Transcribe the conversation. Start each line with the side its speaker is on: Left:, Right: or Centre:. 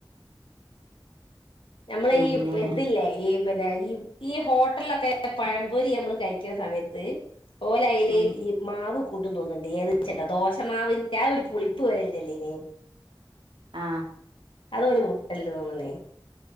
Left: നമ്മള്
Right: പിന്നെ
Left: ഈ ഇതില്ലേ ഈ പിന്നെ ഈ ഈ ഹോട്ടൽലൊക്കെ പഴംപൊരി നമ്മള് കഴിക്ന്ന സമയത്ത് ഓല അയിലേ
Right: ഉം
Left: ഈ മാവ് കൂട്ടും തോന്നുന്ന്ണ്ട് <unintelligible> ദോശമാവിന്റെ ആ ഒരു പുളിപ്പ് <unintelligible>
Right: ആ
Left: അത് ഓല് മുട്ടല്ണ്ട് തോന്ന്ണ്